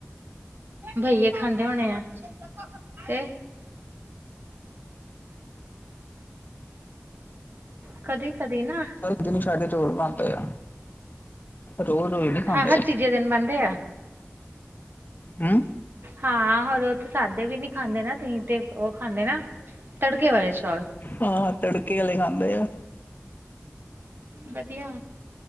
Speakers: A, on the right; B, on the left.
A: ਬਈਏ ਖਾਂਦੇ ਹੋਣੇ ਆ। ਤੇ ਕਦੀ-ਕਦੀ ਨਾ
B: ਦਿਨ ਸਾਡੇ ਚੋਲ ਬਾਨਦੇ ਆ, ਰੋਜ਼-ਰੋਜ਼ ਨੀ ਖਾਂਦੇ।
A: ਹਾਂ ਹਰ ਤੀਜੇ ਦਿਨ ਬਣਦੇ ਆ
B: ਹੂੰ।
A: ਹਾਂ ਹਰ ਰੋਜ ਸਾਦੇ ਵੀ ਨੀ ਖਾਂਦੇ ਨਾ ਕਈ ਤੇ ਉਹ ਖਾਂਦੇ ਨਾ ਤੜਕੇ ਵਾਲੇ ਚੌਲ।
B: ਹਾਂ ਤੜਕੇ ਆਲੇ ਖਾਂਦੇ ਆ।
A: ਵਧੀਆ।